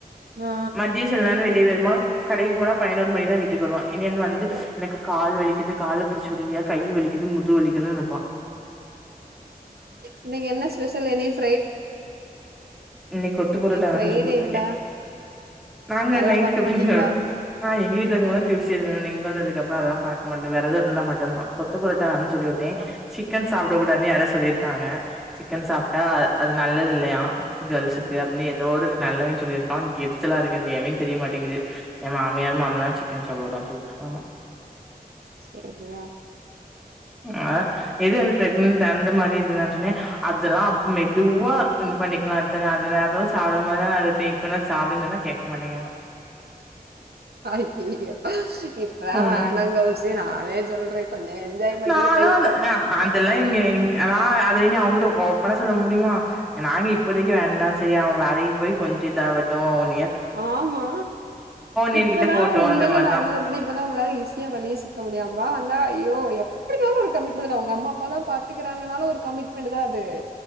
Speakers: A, on the right (about 85°); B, in the centre.
A: ஆ
B: மதிய செல நேர வெளிய போயிருவா கடைக்கி போனா பயனோரு மணிக்கு தா வீட்டுக்கு வருவா இனிந்து வந்து
A: ஓ
B: எனக்கு கால் வலிக்குது கால புடிச்சுடுவியா கை வலிக்குது முது வலிக்குன்னு நிப்பா
A: இன்னிக்கு என்ன ஸ்பெஷல் எனெஸ்
B: இன்னிக்கி கொத்து பரோட்டா
A: இன்னைக்கு
B: வேணுன்னு
A: ஃப்ரைடே
B: சொல்லிவுட்ருக்கே
A: இல்ல
B: நாங்க
A: அதெல்லா
B: நைட்டுக்கு
A: பாக்க மாட்டீங்களா
B: டிபன் சாப்டு ஆ எங்க வீட்ல இருக்காவங்களா டியூஸ்டே <unintelligible> பாத் மட்டு விரத இருந்தா மட்டுந்தா கொத்து பொரோட்டா வேணுன்னு சொல்லிவுட்டே
A: சரிதா
B: சிக் கன் சாப்ட கூடாதுன்னு யாரோ சொல்லிருக்காங்க சிக்கன் சாப்ட்டா அ அது நல்லது இல்லையா கேள்ஸுக்கு
A: ஆ
B: அப்டின்னு ஏதோ ஒரு நல்லவேன் சொல்லிருக்கா இங்க எரிச்சலா இருக்கு எவன்னு தெரியமாட்டேங்குது ஏ மாமியார் மாமனார் சிக்கன் சாப்டகூடான்னு சொல்ட்டுருக்காங்க
A: செரியா
B: ஆ எதே வந்து பிரக்னட் அந்த மாரி இது என்ன சொன்னே அதெல்லா அப்ப மெதுவா இது பண்ணி கெள்த்த அந்த நேரம்ல சாப்பிட மாரி இருப்ப இப்ப என்ன சாப்பிடுன்னு சொன்னா கேட்க மாட்டங்க
A: ஐயையோ இப்பா வேணங்கௌசி
B: ம்
A: நானே சொல்றே கொஞ்சோ என்ஜாய் பண்ணிக்க
B: நானு
A: லைஃப
B: அதெல்லா இங்க அது இங்க நான் அத இனி அவங்கிட்ட ஓப்பனா சொல்ல முடியுமா நாங்க இப்போதைக்கு வேண்டா செரி அவன் வேலைக்கு போய் கொஞ்ச இதாவட்டு ஒன்னி
A: ஆமா
B: இயர்
A: இப்பதா
B: கிட்ட போட்டும்
A: உண்மையில
B: அந்த மாரிதான்.
A: நா என்ன சொல்றே இப்பதா உங்கள இசி டிய வெளிய சுத்த முடியாவா வந்தா ஐயோ யப் எப்டினாலு ஒரு கமிட்மெண்ட் தா உங்க அம்மா அப்பா தா பாத்துக்கிறாங்கனாலும் ஒரு கமிட்மெண்ட் தா அது